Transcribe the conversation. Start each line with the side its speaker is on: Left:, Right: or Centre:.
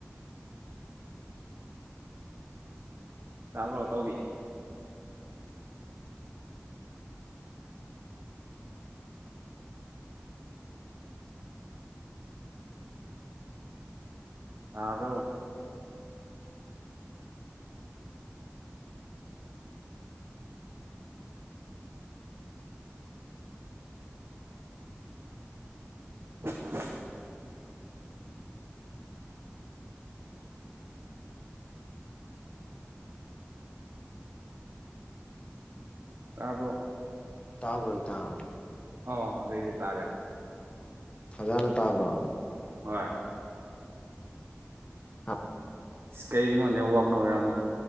Right: ꯇꯥꯕ꯭ꯔꯣ ꯇꯧꯕꯤꯦ ꯇꯥꯕ꯭ꯔꯣ <inaudible> ꯑꯕꯣ
Left: ꯇꯥꯕ꯭ꯔꯣ ꯏꯇꯥꯎ
Right: ꯑꯣ ꯍꯧꯖꯤꯛ ꯇꯤ ꯇꯥꯔꯦ
Left: ꯐꯖꯅ ꯇꯥꯕ꯭ꯔꯣ
Right: ꯍꯣꯏ
Left: ꯍꯥ
Right: ꯑꯁ ꯀꯩꯒꯤꯅꯣ ꯅꯦꯠꯋꯥꯛꯅ ꯑꯣꯏꯔꯝꯒꯅꯤ